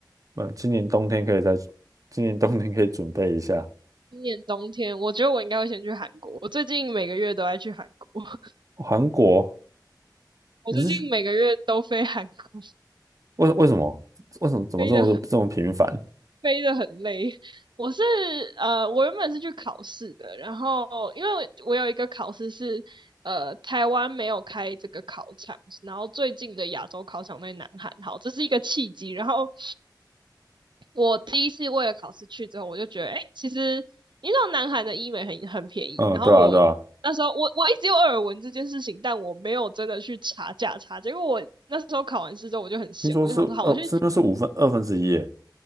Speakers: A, on the right; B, on the right.
A: 那今年冬天可以再，今年冬天可以准备一下。
B: 今年冬天，我觉得我应该会先去韩国。我最近每个月都爱去韩国，<laughs>
A: 韩国，
B: 我最近每个月都飞韩国。
A: 你是去为为什么为什么怎么这么这么频繁？
B: 飞得很飞得很累。我是呃，我原本是去考试的，然后因为我我有一个考试是呃，台湾没有开这个考场，然后最近的亚洲考场在南韩，好，这是一个契机。然后我第一次为了考试去之后，我就觉得，哎，其实你知道南韩的医美很很便宜，
A: 嗯，
B: 然后我。
A: 对啊对啊，
B: 那时候我我一直有耳闻这件事情，但我没有真的去查价差。结果我那时候考完试之后，我就很闲，
A: 听说是二是不是五分二分之一耶？
B: 我就想说，好，我去